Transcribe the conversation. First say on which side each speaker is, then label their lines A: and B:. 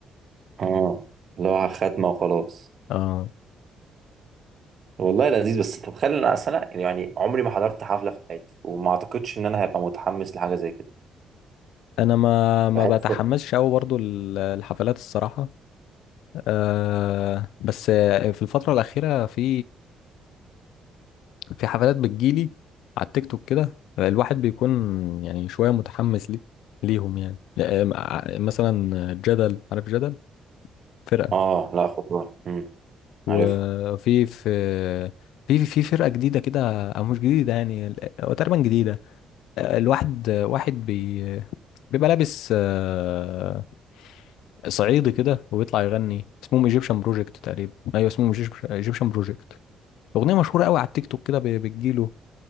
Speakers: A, on the right; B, on the left.
A: اه اللي هو خاتمه وخلاص
B: اه
A: والله لذيذ بس انت متخيل ان انا اصل انا يعني عمري ما حضرت حفله في حياتي وما اعتقدش ان انا هبقى متحمس لحاجه زي كده
B: انا ما ما
A: بحس
B: بتحمسش قوي برضو ال- الحفلات الصراحه أه بس في الفتره الاخيره في في حفلات بتجيلي على التيك توك كده الواحد بيكون يعني شويه متحمس لي ليهم يعني آه، م- آه، مثلا جدل عارف جدل فرقه
A: اه لا خطوه امم
B: وفي
A: عارف
B: في في في فرقه جديده كده او مش جديده يعني هو تقريبا جديده الواحد واحد بي بيبقى لابس آه، صعيدي كده وبيطلع يغني اسمهم ايجيبشن بروجكت تقريبا ايوه اسمهم ايجيبشن بروجكت اغنيه مشهوره قوي على التيك توك كده بي- بتجيله